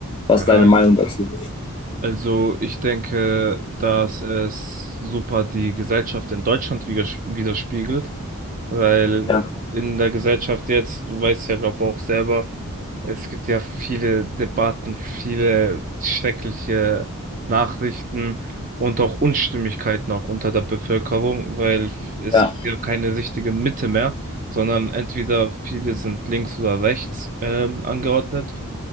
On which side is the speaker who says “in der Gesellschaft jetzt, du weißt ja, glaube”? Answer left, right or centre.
Right